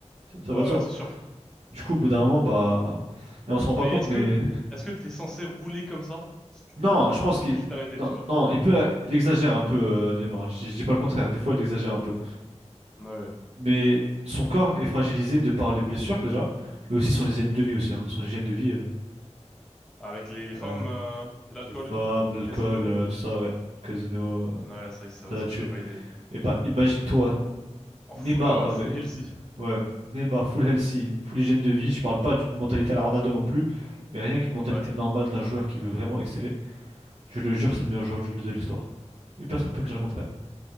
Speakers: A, on the right (about 60°); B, in the centre.
A: Ça, ça
B: ouais,
A: va de soi.
B: ouais, c'est sûr.
A: Du coup, au bout d'un moment, bah. Et on se rend pas
B: Mais
A: compte,
B: est-ce
A: mais.
B: que est-ce que t'es censé rouler comme ça
A: Non, je
B: alors
A: pense
B: que tu
A: qu'il.
B: peux juste t'arrêter,
A: Non,
B: tu vois?
A: non, il peut. Il exagère un peu, euh, Neymar. Je, je dis pas le contraire. Des fois, il exagère un peu.
B: Ouais. ouais.
A: Mais son corps est fragilisé de par les blessures déjà, et aussi son hygiène de vie aussi, hein. Son hygiène de vie, euh,
B: Avec les, les
A: euh,
B: femmes euh, et l'alcool
A: les femmes,
B: et tout,
A: l'alcool,
B: casino.
A: euh, tout ça, ouais, le casino, euh,
B: Ouais, c'est vrai que ça,
A: ça l'a
B: ça
A: tué.
B: pouvait pas aider.
A: Et bah imagine-toi,
B: En
A: Neymar
B: full euh,
A: avait,
B: full healthy.
A: ouais, Neymar full healthy, full hygiène de vie. Je parle pas d'une mentalité à la Ronaldo non plus, mais rien qu'une mentalité
B: Ouais.
A: normale d'un joueur qui veut vraiment exceller. Je le jure, c'est le meilleur joueur du- de l'histoire. Et personne peut me dire le contraire.